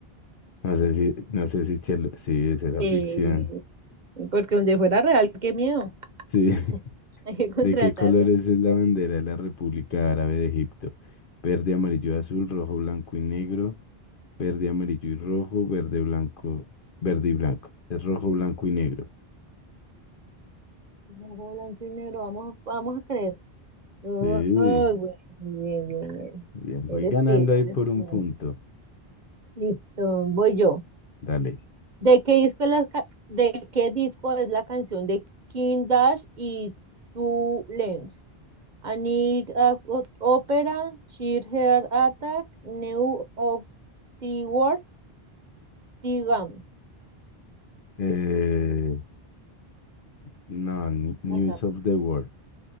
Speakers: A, on the left (about 60°); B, on the right (about 45°).
A: No sé si, no sé si Chelo- sí, esa era
B: Eh,
A: ficción.
B: porque donde fuera real, qué miedo.
A: Sí. <laughs>
B: <laughs> Hay que contratarlo.
A: ¿De qué colores es la bandera de la República Árabe de Egipto? Verde, amarillo, azul, rojo, blanco y negro. Verde, amarillo y rojo, verde, blanco, verde y blanco. Es rojo, blanco y negro.
B: Ojo blanco y negro, vamos, a- vamos a creer. Oh,
A: Sí.
B: oh, güey, bien, bien, bien.
A: Bien,
B: Eres
A: voy ganando
B: tú,
A: ahí
B: eres
A: por un
B: tú.
A: punto.
B: Listo, voy yo.
A: Dale.
B: ¿De qué disco es la, ca- de qué disco es la canción de King Dash y Two Lens A Night of O- Opera, Sheer Heart Attack, New of the World, The Gum.
A: Eh, no, ni- News
B: O sea, porque
A: of the World.